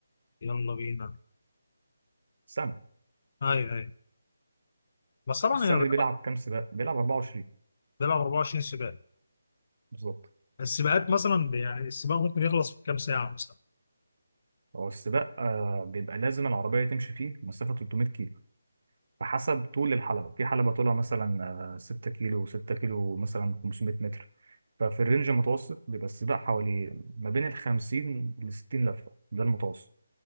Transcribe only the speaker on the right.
سنة
السنة
دي بيلعب كام سباق؟ بيلعب 24
بالظبط
هو السباق آه بيبقى لازم العربية تمشي فيه مسافة 300 كيلو فحسب طول الحلبة في حلبة طولها مثلا آه 6 كيلو 6 كيلو مثلا 500 متر ففي الرينج المتوسط بيبقى السباق حوالي ما بين ال 50 ل 60 لفة ده المتوسط